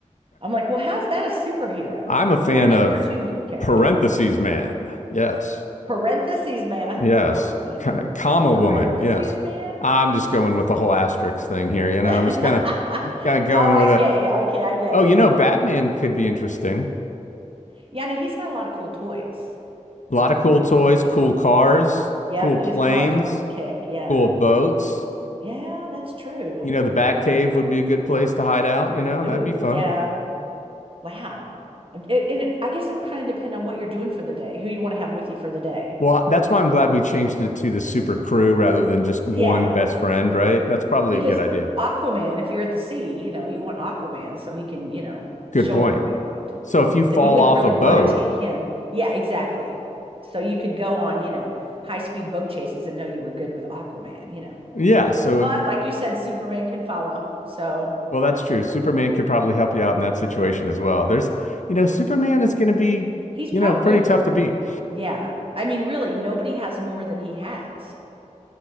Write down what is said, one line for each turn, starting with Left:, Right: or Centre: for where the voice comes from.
Right: I'm like, well, how's that a superhero?
Left: I'm
Right: It's
Left: a fan
Right: a French
Left: of
Right: cartoon character.
Left: parentheses man. Yes.
Right: Parentheses man. I haven't
Left: Yes.
Right: heard of that one.
Left: Ka- Kama
Right: Parentheses
Left: woman. Yes.
Right: man.
Left: I'm just going with the whole asterisk thing here. You know,
Right: <laughs>
Left: I'm just kind of kind of going
Right: Oh, I
Left: with it.
Right: get you. Okay, I get
Left: Oh,
Right: you.
Left: you know, Batman could be interesting.
Right: Yeah, no, he's got a lot of cool toys.
Left: A lot of cool toys, cool cars,
Right: Yep,
Left: cool planes,
Right: his car is pretty kick. Yeah.
Left: cool boats.
Right: Yeah, that's true.
Left: You know, the Batcave would be a good place to hide out. You know, that'd
Right: Ooh,
Left: be fun.
Right: yeah. Wow. And it, and it, I guess it would kind of depend on what you're doing for the day, who you want to have with you for the day.
Left: Well, that's why I'm glad we changed it to the super crew rather than just one
Right: Yeah.
Left: best friend, right? That's probably
Right: Because
Left: a good idea.
Right: Aquaman, if you're at the sea, you know, you want Aquaman so he can, you know,
Left: Good
Right: show
Left: point.
Right: you around.
Left: So if you fall
Right: But you wouldn't
Left: off
Right: really
Left: a boat,
Right: want to take him. Yeah, exactly. So you could go on, you know, high-speed boat chases and know you were good with Aquaman, you know.
Left: yeah, so
Right: But
Left: it
Right: like you said, Superman can follow. So
Left: Well, that's true. Superman could probably help you out in that situation as well. There's, you know, Superman is going to be,
Right: he's
Left: you
Right: probably
Left: know, pretty tough
Right: the,
Left: to beat.
Right: yeah. I mean, really, nobody has more than he has.